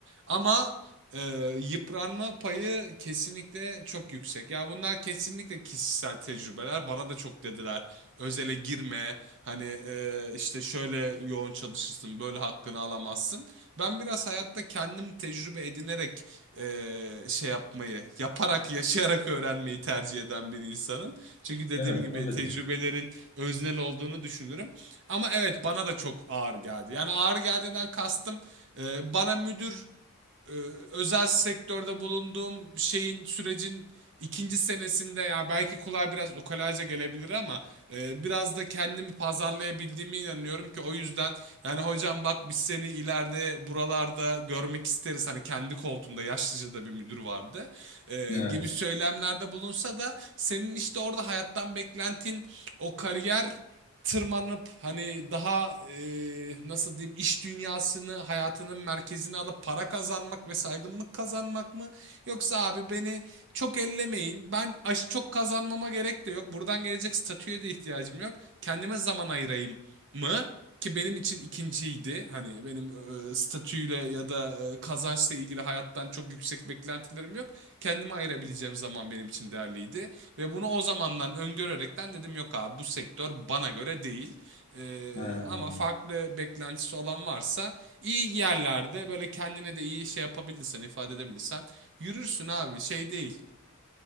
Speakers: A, on the right; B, on the left.
A: Ama e, yıpranma payı kesinlikle çok yüksek. Ya bunlar kesinlikle kişisel tecrübeler. Bana da çok dediler. Özele girme. Hani e, işte şöyle yoğun çalışırsın, böyle hakkını alamazsın. Ben biraz hayatta kendim tecrübe edinerek e, şey yapmayı, yaparak, yaşayarak öğrenmeyi tercih eden bir insanım. Çünkü dediğim
B: Evet,
A: gibi
B: önceden.
A: tecrübelerin öznel olduğunu düşünürüm. Ama evet bana da çok ağır geldi. Yani ağır geldiğinden kastım e, bana müdür e, özel sektörde bulunduğum şeyin sürecin ikinci senesinde ya belki kulağa biraz ukalaca gelebilir ama e, biraz da kendimi pazarlayabildiğime inanıyorum ki o yüzden yani hocam bak biz seni ileride buralarda görmek isteriz hani kendi koltuğunda yaşlıca da bir müdür vardı e,
B: Evet.
A: gibi söylemlerde bulunsa da senin işte orada hayattan beklentin o kariyer tırmanıp hani daha e, nasıl diyeyim iş dünyasını hayatının merkezine alıp para kazanmak ve saygınlık kazanmak mı? Yoksa abi beni çok ellemeyin. Ben aş çok kazanmama gerek de yok. Buradan gelecek statüye de ihtiyacım yok. Kendime zaman ayırayım mı? Ki benim için ikinciydi. Hani benim e, statüyle ya da e, kazançla ilgili hayattan çok yüksek beklentilerim yok. Kendime ayırabileceğim zaman benim için değerliydi. Ve bunu o zamandan öngörerekten dedim yok abi bu sektör bana göre değil. Ee,
B: He.
A: ama farklı beklentisi olan varsa iyi yerlerde böyle kendine de iyi şey yapabilirsen ifade edebilirsen yürürsün abi şey değil.